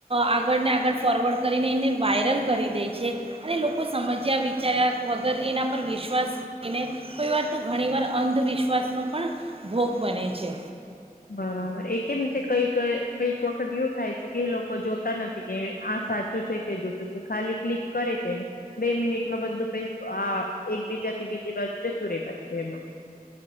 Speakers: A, on the right (about 40°); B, on the left (about 75°).
A: આગળને આગળ ફોરવર્ડ કરીને એને વાયરલ કરી દેય. છે. અને લોકો સમજ્યા વિચાર્યા વગર એના પર વિશ્વાસ લઈને, કોઈ વાર તો ઘણીવાર અંધવિશ્વાસનો પણ ભોગ બને છે.
B: બરાબર એ કેમ છે, કઈક કઈક વખત એવું થાય છે. કે લોકો જોતા નથી. કે આ સાચું છે કે જોતું છે. ખાલી ક્લિક કરે છે. બે મિનિટમાં બધું પકઆઆ એકબીજાથી બીજી બાજુ જતું રે પાછું એમાં.